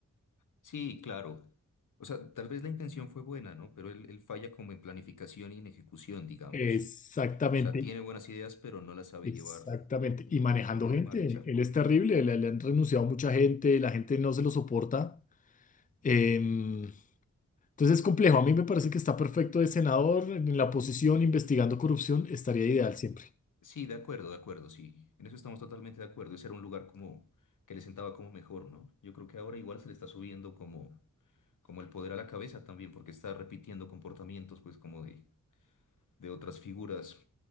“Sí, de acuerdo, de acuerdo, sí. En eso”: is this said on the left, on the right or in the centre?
Left